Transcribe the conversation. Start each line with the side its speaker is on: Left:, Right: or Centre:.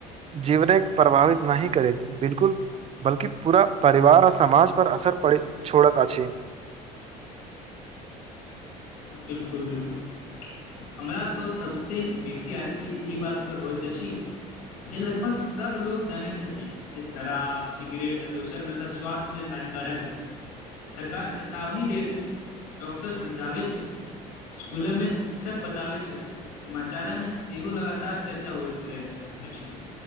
Right: जीवनक प्रभावित नहि करे बिल्कुल बल्कि पूरा परिवार आर समाज पर असर पड़ छोड़त अछि
Left: बिल्कुल बिल्कुल हमरा तऽ सभसँ बेसी आश्चर्य एहि बातपर होइत अछि जे लगभग सभ लोग जानैत छथिन जे सराब सिगरेट आ दोसर नसा स्वस्थ्य लेल हानिकारक अछि सरकार चेतावनी दैत अछि डॉकटर समझाबे छथि स्कुलोमे शिक्षक बताबैत छथि समाचारमे सेहो लगातार चर्चा होइत रहैत अछि